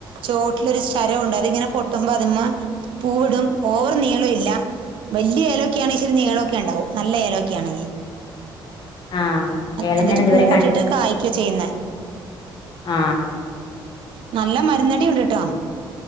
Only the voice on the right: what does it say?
ചുവട്ടിലൊരു ശരമുണ്ട് അതിങ്ങനെ പൊട്ടുമ്പോ അതിമേ പൂവിടും ഓവർ നീളം ഇല്ല വല്യ ഏലൊക്കെ ആണെങ്കിൽ ഇച്ചരി നീളമൊക്കെ ഉണ്ടാവും നല്ല ഏലൊക്കെ ആണെങ്കി
അന്നിട്ട്
പൂവിട്ട്ട് കായ്ക്ക ചെയ്യുന്നേ
നല്ല മരുന്നടിണ്ട്ട്ടോ